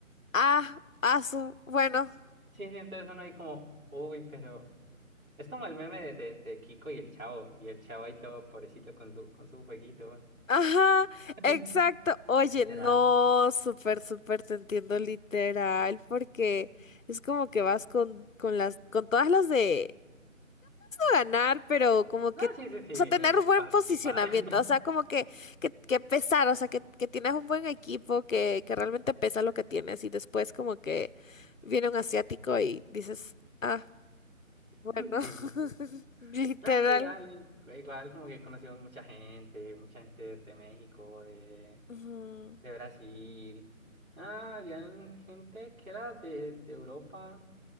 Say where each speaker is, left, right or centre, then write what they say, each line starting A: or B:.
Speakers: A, on the left; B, on the right.
A: ah, ah, su. Bueno.
B: Sí, sí, entonces uno ahí como, uy, pero es como el meme de, de, de Kiko y el chavo, y el chavo ahí todo pobrecito con su, con su jueguito.
A: Ajá,
B: <laughs>
A: exacto. Oye,
B: Literal.
A: no, súper, súper te entiendo literal, porque es como que vas con, con las, con todas las de no ganar, pero como
B: No,
A: que,
B: sí, sí, sí,
A: o
B: eh,
A: sea, tener un buen
B: participar.
A: posicionamiento,
B: <laughs>
A: o sea, como que, que, que pesar, o sea, que, que tienes un buen equipo, que, que realmente pesa lo que tienes, y después como que viene un asiático y dices, ah, bueno, <laughs>
B: Sí, sí, sí.
A: literal.
B: No, sí, dale. Igual como que conocimos mucha gente, mucha gente de México, de,
A: Ujú.
B: de Brasil. Ah, habían gente que era de, de Europa,